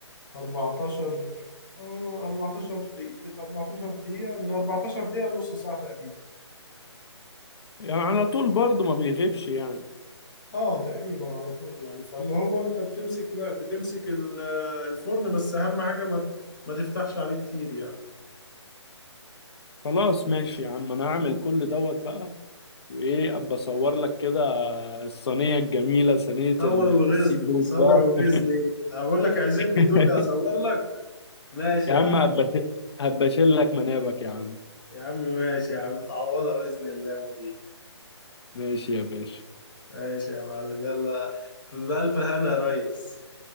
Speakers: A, on the left; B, on the left.
A: 14 آه، 14 دقيقة 14 دقيقة من 14 دقيقة لنص ساعة تقريبا
B: يعني على طول برضه ما بيغيبش يعني
A: اه تقريبا على طول يعني فاللي هو انت بتمسك بتمسك ال- الفرن بس اهم حاجه ما ما تفتحش عليه كتير يعني
B: خلاص ماشي يا عم انا هعمل كل دوت بقى وايه ابقى اصور لك كده الصينيه الجميله صينيه
A: صور
B: ال- السي
A: وغزني
B: فود
A: صور
B: بقى
A: وغزني انا بقول لك عزمني
B: <laughs>
A: تقول لي اصور لك ماشي
B: يا
A: يا
B: عم
A: عم
B: هبقى هبقى اشيل لك منابك يا عم
A: يا عم ماشي يا عم متعوضه باذن الله يا مدير
B: ماشي يا باشا
A: ماشي يا معلم يلا في بألف هنا يا ريس